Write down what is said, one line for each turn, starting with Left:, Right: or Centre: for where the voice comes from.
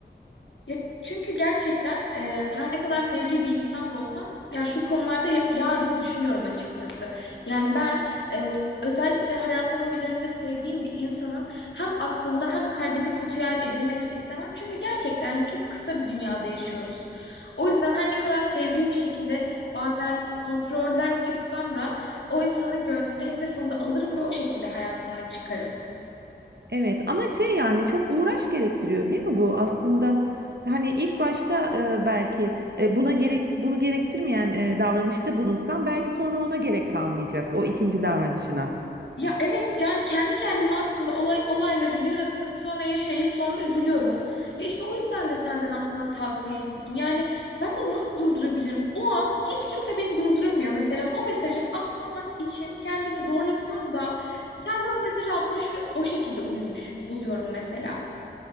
Left: Ya çünkü gerçekten e, her ne kadar fevri bir insan da olsam ya şu konularda ya- yarını düşünüyorum açıkçası. Yani ben e, s- özellikle hayatımın bir döneminde sevdiğim bir insanın hem aklında hem kalbinde kötü yer edinmek istemem. Çünkü gerçekten hani çok kısa bir dünyada yaşıyoruz. O yüzden her ne kadar fevri bir şekilde bazen kontrolden çıksam da o insanın gönlünü eninde sonunda alırım ve o şekilde hayatından çıkarım.
Right: Evet ama şey yani çok uğraş gerektiriyor değil mi bu aslında hani ilk başta e, belki e, buna gerek bunu gerektirmeyen e, davranışta bulunsan belki sonra ona gerek kalmayacak o ikinci davranışına.
Left: Ya evet yani kendi kendime aslında olay, olayları yaratıp sonra yaşayıp sonra üzülüyorum. Ya işte o yüzden de senden aslında tavsiye istedim. Yani ben bunu nasıl durdurabilirim? O an hiç kimse beni durduramıyor. Mesela o mesajı atmamak için kendimi zorlasam da kendim o mesajı atmış ve o şekilde uyumuş buluyorum mesela.